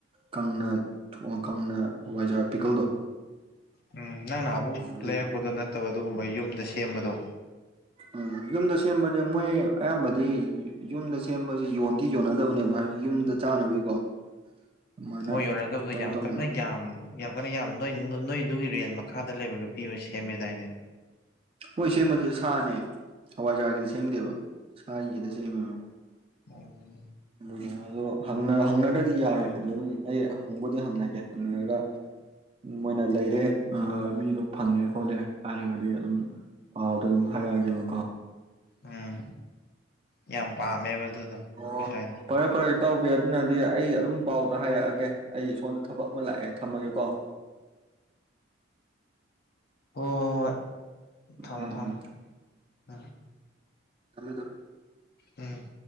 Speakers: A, on the right; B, on the left.
A: ꯀꯪꯅ ꯊꯣꯡꯉ ꯈꯪꯅ ꯍꯋꯥꯏꯖꯥꯔꯥ ꯄꯤꯀꯜꯗꯣ
B: ꯎꯝ ꯅꯪ ꯅꯍ ꯑꯃꯨꯛ
A: ꯑꯗꯨꯗꯣ
B: ꯂꯩꯔꯛꯄꯗꯣ ꯅꯠꯇꯕ ꯑꯗꯨꯒꯨꯝꯕ ꯌꯨꯝꯗ ꯁꯦꯝꯕꯗꯣ
A: ꯎꯝ ꯌꯨꯝꯗ ꯁꯦꯝꯕꯗꯤ ꯃꯣꯏ ꯑꯌꯥꯝꯕꯗꯤ ꯑꯗꯨ ꯌꯨꯝꯗ ꯁꯦꯝꯕꯕꯁꯤ ꯌꯣꯟꯗꯤ ꯌꯣꯟꯅꯗꯕꯅꯦꯕ ꯍꯥꯏꯗꯤ ꯌꯨꯝꯗ ꯆꯥꯅꯕꯒꯤꯀꯣ ꯑꯗꯨꯃꯥꯏꯅ
B: ꯍꯣꯏ ꯌꯣꯟꯅꯔꯗꯕꯗꯣ
A: ꯇꯧ
B: ꯌꯥꯝ
A: ꯇꯧꯕꯅ
B: ꯀꯟꯅ ꯌꯥꯝ ꯌꯥꯝ ꯀꯟꯅ ꯌꯥꯝ ꯅ ꯅ ꯑꯗꯨꯒꯤ ꯔꯦꯟ ꯃꯈꯥꯗ ꯂꯩꯕ ꯅꯨꯄꯤ ꯑꯃ ꯁꯦꯝꯃꯦꯗꯥꯏꯅꯦ
A: ꯍꯣꯏ ꯁꯦꯝꯕꯗꯨꯁꯨ ꯁꯥꯅꯦ ꯍꯋꯥꯏꯖꯥꯔꯒꯤꯗꯤ ꯁꯦꯝꯗꯦꯕ ꯁꯥꯒꯤ ꯈꯤꯗ ꯁꯦꯝꯃꯦꯕꯣ
B: ꯑ
A: ꯎꯝ ꯑꯗꯣ ꯍꯪꯅꯗ꯭ꯔꯗꯤ ꯌꯥꯔꯣꯏ ꯑꯗꯨꯝ ꯑꯩ ꯍꯪꯕꯨꯗꯤ ꯍꯪꯅꯒꯦ ꯍꯪꯅꯔꯒ ꯃꯣꯏꯅ ꯂꯩꯔꯦ ꯃꯤꯗꯣ ꯐꯪꯉꯦ ꯈꯣꯠꯂꯦ ꯍꯥꯏꯔꯒꯗꯤ ꯑꯗꯨꯝ ꯄꯥꯎꯗꯣ ꯑꯗꯨꯝ ꯍꯥꯏꯔꯛꯑꯒꯦꯕ
B: ꯎꯝ ꯌꯥꯝ ꯄꯥꯝꯃꯦꯕ ꯑꯗꯨꯗꯣ
A: ꯑꯣ
B: ꯄꯩꯁꯥꯅ
A: ꯐꯔꯦ ꯐꯔꯦ ꯏ ꯇꯥꯎꯕꯗ ꯅ ꯑꯗꯨꯗꯤ ꯑꯩ ꯑꯗꯨꯝ ꯄꯥꯎꯗ ꯍꯥꯏꯔꯛꯑꯒꯦ ꯑꯩ ꯏꯁꯣꯝꯗ ꯊꯕꯛ ꯑꯃ ꯂꯥꯛꯑꯦ ꯊꯝꯃꯒꯦꯀꯣ <inaudible>
B: ꯍ ꯍꯣ ꯍꯣꯏ ꯊꯃ
A: ꯎꯝ ꯎꯝ
B: ꯊꯃ
A: ꯊꯝꯃꯦ ꯊꯝꯃꯦ
B: ꯎꯝ